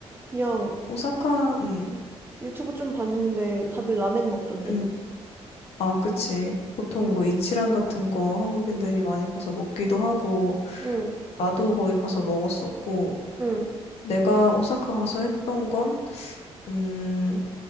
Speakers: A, on the right (about 20°); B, on the left (about 70°).
A: 그냥
B: 오사카, 음,
A: 유튜브 좀 봤는데 다들 라멘 먹던데?
B: 음, 어, 그치. 보통
A: 응,
B: 뭐 이치란 같은 거 한국인들이 많이 가서 먹기도 하고,
A: 응,
B: 나도 거기 가서 먹었었고,
A: 응.
B: 내가 오사카 가서 했던 건, 음,